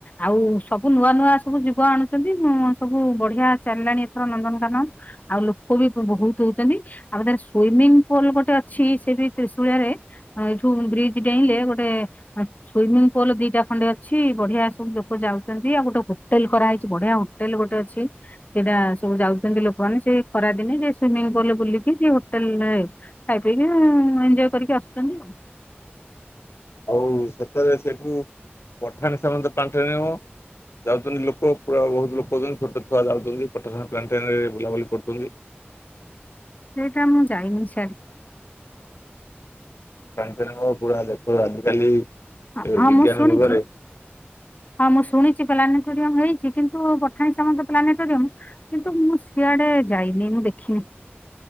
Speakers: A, on the left; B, on the left.
A: ଆଉ ସବୁ ନୂଆ ନୂଆ ସବୁ ଯୁବ ଆଣୁଛନ୍ତି। ସବୁ ବଢିଆ ଚାଲିଲାଣି ଏଥର ନନ୍ଦନକାନନ। ଆଉ ଲୋକ ବି ବ ବୋ ବୋହୁତ ହଉଛନ୍ତି। ଆଉ ସେଟା ସୁଇମିଙ୍ଗ ପୁଲ ଗୋଟେ ଅଛି ସେ ବି ତ୍ରିଶୁଳିଆରେ ଏଇଠୁ ବ୍ରିଜ ଡେଇଁଲେ ଗୋଟେ ସୁଇମିଙ୍ଗ ପୋଲ ଦିଟା ଖଣ୍ଡେ ଅଛି ବଢିଆ ସବୁ ଲୋକ ଯାଉଛନ୍ତି। ଆଉ ଗୋଟେ ହୋଟେଲ କରାହେଇଛି। ବଢିଆ ହୋଟେଲ ଗୋଟେ ଅଛି। ସେଟା ସବୁ ଯାଉଛନ୍ତି ଲୋକମାନେ ସେ ଖରାଦିନେ ଯେ ସୁଇମିଙ୍ଗ ପୋଲ୍ ରେ ବୁଲିକି ସେ ହୋଟେଲରେ ଖାଇ ପଇକି ଏଞ୍ଜୟ କରିକି ଆସୁଚନ୍ତି ଆଉ।
B: ଆଉ ଶେଷରେ ସେଠୁ ପଠାଣି ସାମନ୍ତ ପ୍ଲାଣ୍ଟେନ୍ ନେବ ଯାଉଛନ୍ତି ଲୋକ ପୁରା ବୋହୁତ ଲୋକ ହେଉଛନ୍ତି। ଛୋଟ ଛୁଆ ଯାଉଛନ୍ତି ପଠାଣି ସାମନ୍ତ ପ୍ପ୍ଲାଣ୍ଟେନରେ ବୁଲାବୁଲି କରୁଚନ୍ତି।
A: ସେଇଟା ମୁଁ ଯାଇନି ସିଆଡେ।
B: ପ୍ଲାଣ୍ଟେନର ପୁରା ଦେଖ ଆଜିକାଲି
A: ହଁ ହଁ
B: ବିଜ୍ଞାନ
A: ମୁଁ ଶୁଣିଚି।
B: ଯୁଗରେ
A: ହଁ ମୁଁ ଶୁଣିଚି ପ୍ଲାନେଟୋରିୟମ ହେଇଛି। କିନ୍ତୁ ପଠାଣି ସାମନ୍ତ ପ୍ଲାନେଟୋରିୟମ୍। କିନ୍ତୁ ମୁଁ ସିଆଡେ ଯାଇନି ମୁଁ ଦେଖିନି।